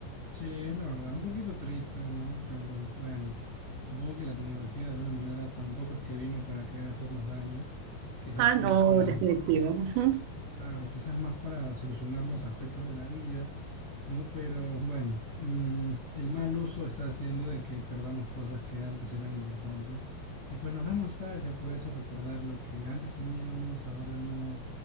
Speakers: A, on the left; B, on the right.
A: Sí, es la verdad, un poquito triste, ¿no? Pero bueno, supongo que la tecnología de alguna manera tampoco es que vino para querer hacernos daño, quizás
B: Ah, no,
A: más para,
B: definitivo. ujú.
A: claro, quizás más para solucionar los aspectos de la vida ¿no? Pero bueno, mm, el mal uso está haciendo de que perdamos cosas que antes eran importantes y pues nos da nostalgia por eso recordar lo que antes teníamos, ahora no,